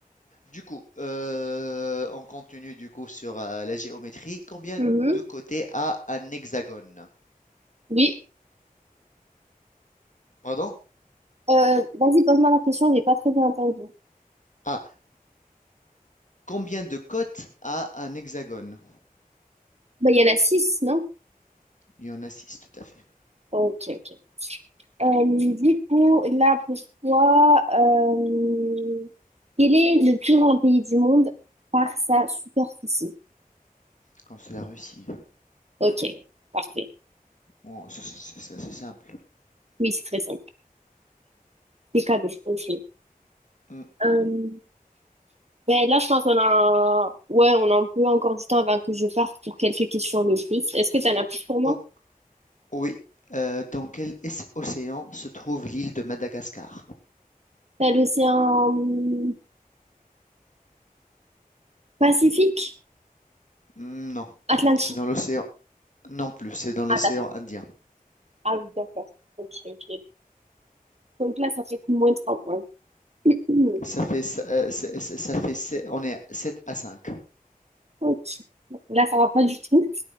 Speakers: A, on the left; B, on the right.
A: du coup, euh, on continue du coup sur euh, la géométrie. Combien
B: Mhm.
A: de côtés a un hexagone?
B: Oui.
A: Pardon?
B: Euh, vas-y, pose-moi la question, j'ai pas très bien entendu.
A: Ah, combien de côtes a un hexagone?
B: Bah, il y en a six, non?
A: Il y en a six, tout à fait.
B: Ok, ok. Euh, du coup, là pour toi, euh, quel est le plus grand pays du monde par sa superficie?
A: Comme c'est la Russie.
B: Ok, parfait.
A: Bon, c'est c'est- c'est- simple.
B: Oui, c'est très simple. C'est cadeau, ok.
A: Hmm,
B: Euh, ben là, je pense qu'on a... Ouais, on a un peu encore du temps avant que je parte pour quelques questions de plus. Est-ce que t'en as plus pour moi?
A: o- oui. Euh, dans quel es- océan se trouve l'île de Madagascar?
B: T'as l'océan hum, Pacifique?
A: Hmm, Non,
B: Atlantique.
A: c'est dans l'océan. Non plus, c'est dans l'océan
B: Ah, d'accord.
A: Indien.
B: Ah oui, d'accord. Ok, ok. Donc là, ça fait moins de trois points. <clears throat> Hmm,
A: Ça fait, s- euh, c'est- c'est- ça fait, sept- on est à 7 à 5.
B: Ok. Là, ça va pas du tout.